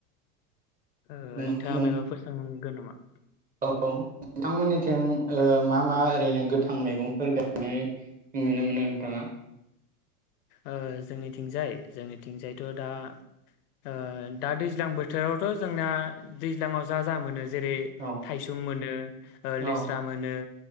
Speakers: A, on the left; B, on the right.
A: ओ
B: नों
A: नोंथाङा
B: नों
A: मायबाफोर सोंगोन नामा
B: औ नोंथांमोननिथिं ओ मा मा ओरैनो गोथां मैगंफोर गायनाय नुनो मोनो नोंथाङा
A: ओ जोंनिथिंजाय जोंनिथिंजायथ' दा ओ दा दैज्लां बोथोरावथ' जोंना दैज्लाङाव जा जा मोनो जेरै
B: औ
A: थायसुम मोनो ओ
B: औ
A: लेस्रा मोनो